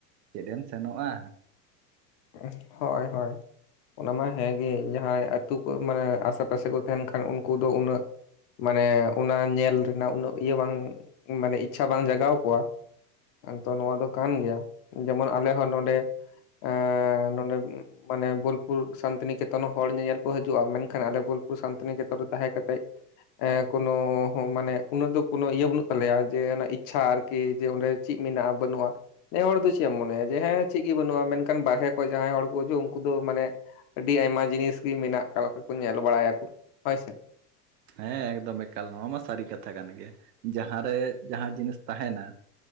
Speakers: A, on the right; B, on the left.
A: ᱪᱮᱫᱮᱢ ᱥᱮᱱᱚᱜᱼᱟ
B: <inaudible> ᱦᱳᱭ ᱦᱳᱭ ᱚᱱᱟ ᱢᱟ ᱦᱮᱸ ᱜᱮ ᱡᱟᱦᱟᱸᱭ ᱟᱹᱛᱩ ᱠᱚ ᱢᱟᱱᱮ ᱟᱥᱮᱯᱟᱥᱮ ᱠᱚ ᱛᱟᱦᱮᱱ ᱠᱷᱟᱱ ᱩᱱᱠᱩ ᱫᱚ ᱩᱱᱟᱹᱜ᱾ ᱢᱟᱱᱮ ᱚᱱᱟ ᱧᱮᱞ ᱨᱮᱱᱟᱜ ᱩᱱᱟᱹᱜ ᱤᱭᱟᱹ ᱵᱟᱝ ᱢᱟᱱᱮ ᱤᱪᱪᱷᱟ ᱵᱟᱝ ᱡᱟᱜᱟᱣ ᱠᱚᱣᱟ᱾ <unintelligible> ᱱᱚᱣᱟ ᱫᱚ ᱠᱟᱱ ᱜᱮᱭᱟ ᱡᱮᱢᱚᱱ ᱟᱞᱮ ᱦᱚᱸ ᱱᱚᱰᱮ᱾
A: <inaudible>
B: ᱮᱸ ᱱᱚᱰᱮ <inaudible> ᱢᱟᱱᱮ ᱵᱳᱞᱯᱩᱨ ᱥᱟᱱᱛᱤᱱᱤᱠᱮᱛᱚᱱ ᱦᱚᱲ ᱧᱮᱧᱮᱞ ᱠᱚ ᱦᱤᱡᱩᱜᱼᱟ᱾ ᱢᱮᱱᱠᱷᱟᱱ ᱟᱞᱮ ᱵᱳᱞᱯᱩᱨ ᱥᱟᱱᱛᱤᱱᱤᱠᱮᱛᱚᱱ ᱨᱮ ᱛᱟᱦᱮᱸ ᱠᱟᱛᱮᱜ᱾ ᱮ ᱠᱳᱱᱳ ᱢᱟᱱᱮ ᱩᱱᱟᱹᱜ ᱫᱚ ᱠᱳᱱᱳ ᱤᱭᱟᱹ ᱵᱟᱹᱱᱩᱜ ᱛᱟᱞᱮᱭᱟ ᱡᱮ ᱚᱱᱮ ᱤᱪᱪᱷᱟ ᱟᱨᱠᱤ᱾ ᱠᱤ ᱡᱮ ᱚᱸᱰᱮ ᱪᱮᱫ ᱢᱮᱱᱟᱜᱼᱟ ᱵᱟᱹᱱᱩᱜᱼᱟ ᱱᱮ ᱦᱚᱲ ᱫᱚ ᱪᱮᱫ ᱮᱢ ᱢᱚᱱᱮᱭᱟ ᱡᱮ ᱦᱮᱸ ᱪᱮᱫ ᱜᱮ ᱵᱟᱹᱱᱩᱜᱼᱟ ᱢᱮᱱ ᱠᱷᱟᱱ ᱵᱟᱨᱦᱮ ᱠᱷᱚᱡ ᱡᱟᱦᱟᱸᱭ ᱦᱚᱲ ᱠᱚ ᱦᱤᱡᱩᱜ ᱩᱱᱠᱩ ᱫᱚ ᱢᱟᱱᱮ ᱟᱹᱰᱤ ᱟᱭᱢᱟ ᱡᱤᱱᱤᱥ ᱜᱮ ᱢᱮᱱᱟᱜ ᱟᱠᱟᱫ ᱞᱮᱠᱟ ᱠᱚ ᱧᱮᱞ ᱵᱟᱲᱟᱭᱟᱠᱚ ᱦᱳᱭ ᱥᱮ᱾
A: ᱦᱮᱸ ᱮᱠᱫᱚᱢ ᱮᱠᱟᱞ ᱱᱚᱣᱟ ᱢᱟ ᱥᱟᱹᱨᱤ ᱠᱟᱛᱷᱟ ᱠᱟᱱ ᱜᱮ᱾ ᱡᱟᱦᱟᱸᱨᱮ ᱡᱟᱦᱟᱸ ᱡᱤᱱᱤᱥ ᱛᱟᱦᱮᱱᱟ᱾